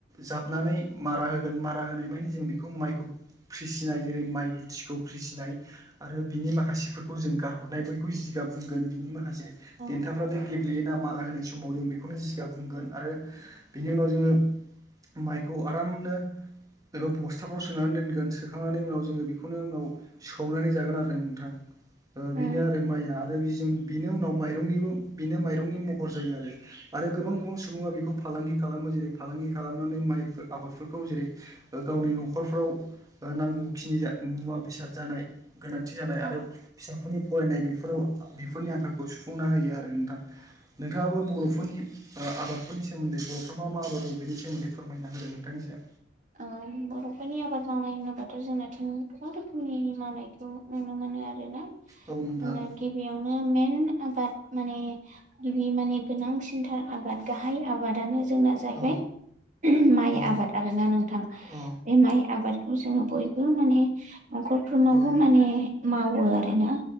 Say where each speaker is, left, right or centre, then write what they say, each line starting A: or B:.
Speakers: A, on the right (about 20°); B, on the right (about 45°).
A: जाबनानै मारा होगोन मारा होनाय मानि जों बेखौ माइखौ फ्रिसिनाय जेरै माइ गुथिखौ फ्रिसिनाय आरो बिनि माखासेफोरखौ जों गारहरनाय बयखौबो जिगा गाब बुंगोन बिनि माखसे
B: औ
A: दन्थाफ्रादो गेब्लेयोना मारा होनाय समाव जों बेखौनो जिगाब बुंगोन आरो बेनि उनाव जोङो माइखौ आरामनो एबा बस्थाफ्राव सोनानै दोनगोन सोखांनानै उनाव जोङो बेखौनो उनाव सौनानै जागोन आरो नोंथां। ओ
B: उम
A: बेनो आरो माइआ आरो बिजों बिनि उनाव माइ यंनिबो बिनो माइरंनि महर जायो आरो आरो गोबां गोबां सुबुङा बेखौ फालांगि खालामो जेरै फालांगि खालामनानै माइफोर आबादफोरखौ जेरै गावनि न'खरफ्राव ओ नांगौखिनि नुवा वा बेसाद जानाय गोनांथि जानाय
B: औ
A: आरो फिसाफोरनि फरायनाय बेफोराव बेफोरनि आंखालखौ सु फुंना होयो आरो नोंथां नोंथाङाबो बर'फोरनि ओ आबादफोरनि सोमोन्दै बर'फ्रा मा मा आबाद मावफै बेनि सोमोन्दै फोरमायना होदों नोंथां एसे
B: ओ बर'फोरनि आबाद मावनाय होनोबाथ' जोंनाथ' गोबां रोखोमनि मावनायखौ नुनो मोन नो आरोना जोंना
A: औ नोंथां
B: गिबियावनो मेन आबाद माने गिबि माने गोनांसिनथार आबाद गाहाय आबादानो जोंना जाहैबाय
A: औ
B: माइ
A: औ
B: आबाद आरोना नोंथां
A: औ
B: बे माइ आबाद खौ जोङो बयबो माने न'खरफोरनावबो
A: औ
B: माने मावो आरोना।